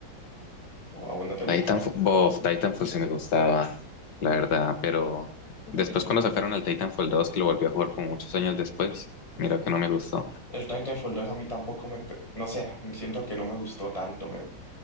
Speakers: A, on the left; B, on the left.
A: O a vos no te
B: Titanfall,
A: gustaba.
B: bof, Titanfall sí me gustaba, la verdad, pero después cuando sacaron el Titanfall dos que lo volví a jugar como muchos años después, mira que no me gustó.
A: El Titanfall 2 a mí tampoco me, pe- no sé, siento que no me gustó tanto. Me,